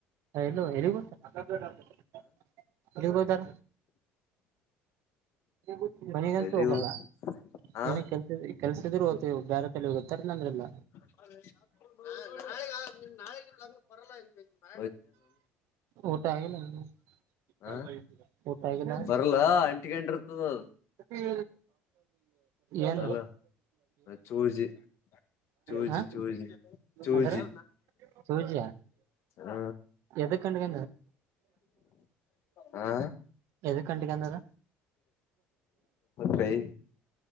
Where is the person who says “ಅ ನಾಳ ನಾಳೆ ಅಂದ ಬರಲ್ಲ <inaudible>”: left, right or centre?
Left